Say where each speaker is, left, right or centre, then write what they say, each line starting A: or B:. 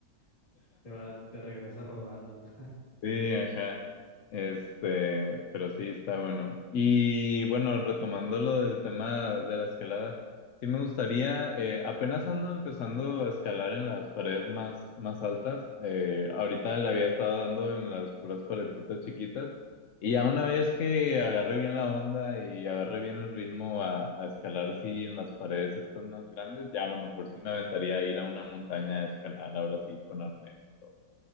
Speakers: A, on the left; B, on the left.
A: te va, te regresas rodando. ¿no? <laughs>
B: Sí, ajá. Este, pero sí, está bueno. Y bueno, retomando lo del tema de la escalada, sí me gustaría, eh, apenas ando empezando a escalar en las paredes más, más altas. Eh, ahorita le había estado dando en las puras paredcitas chiquitas. Y ya una vez que agarre bien la onda y agarre bien el ritmo a, a escalar, sí, en las paredes estas más grandes, ya a lo mejor sí me aventaría a ir a una montaña a escalar, ahora sí, con arnés. y todo.